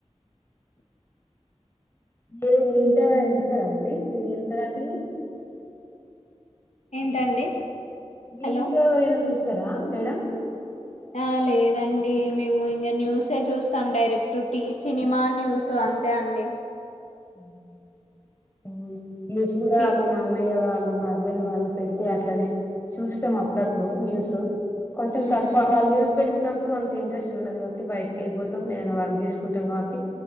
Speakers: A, on the left; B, on the left.
A: మీరు మీ ఇంట్లో ఎవరైనా చూస్తారా మరి సీరియల్స్ వంటివి
B: ఏంటండి
A: హలో మీ
B: హలో
A: ఇంట్లో ఎవరైనా చూస్తారా మేడం
B: ఆ లేదు అండీ మేము ఇంగా న్యూసే చూస్తాం డైరెక్ట్ టీ సినిమా న్యూస్ ఆ అంతే అండి
A: ఊ మి మి సూడా
B: పి
A: మా మామయ్య వాళ్ళు మా హస్బెండ్ వా వాళ్ళు పెడితే అట్లనే చూస్తాం అప్పుడప్పుడు న్యూస్ కొంచెం
B: మ్మ్
A: తక్కువ వాళ్ళు న్యూస్ పెట్ కున్నప్పుడు అంత ఇంట్రెస్ట్ ఉండదు కాబట్టి బయటికి వెళ్ళపోతాం ఏదైనా వర్క్ చేసుకుంటాం కాబట్టి